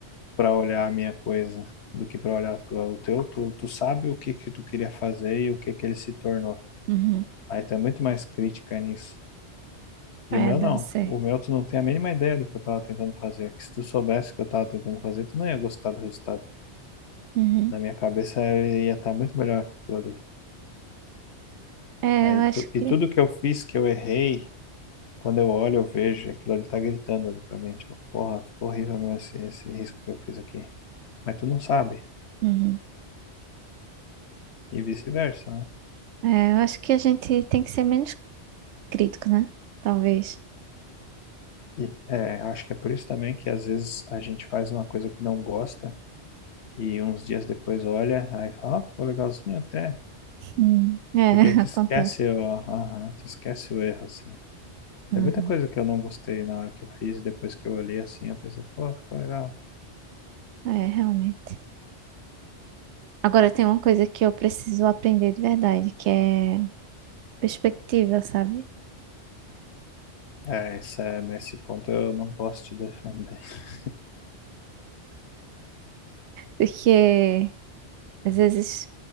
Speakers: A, on the left (about 70°); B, on the right (about 75°).
A: para olhar a minha coisa do que para olhar a tua. O teu, tu, tu sabe o que que tu queria fazer e o que que ele se tornou.
B: Uhum,
A: Aí tu é muito mais crítica nisso. E
B: É,
A: o meu
B: deve
A: não.
B: ser.
A: O meu tu não tem a mínima ideia do que eu tava tentando fazer. Que se tu soubesse o que eu tava tentando fazer, tu não ia gostar do resultado.
B: uhum.
A: Na minha cabeça ia estar muito melhor que aquilo ali.
B: É,
A: Aí
B: eu acho
A: tu,
B: que,
A: e tudo que eu fiz que eu errei, quando eu olho, eu vejo, aquilo ali tá gritando ali pra mim, tipo, porra, ficou horrível meu esse, esse risco que eu fiz aqui. Mas tu não sabe.
B: Uhum.
A: E vice-versa, né?
B: é, eu acho que a gente tem que ser menos crítico, né? Talvez.
A: E é, acho que é por isso também que às vezes a gente faz uma coisa que não gosta e uns dias depois olha, aí fala, ó, ficou legalzinho até,
B: Hum. É,
A: Porque
B: <laughs>
A: aí tu
B: acontece.
A: esquece o, aham, tu esquece o erro, assim.
B: Uhum.
A: Tem muita coisa que eu não gostei na hora que eu fiz, e depois que eu olhei assim, eu pensei, pô, ficou legal.
B: É, realmente. Agora tem uma coisa que eu preciso aprender de verdade, que é perspectiva, sabe?
A: É, isso é, nesse ponto eu não posso te defender. <laughs>
B: Porque às vezes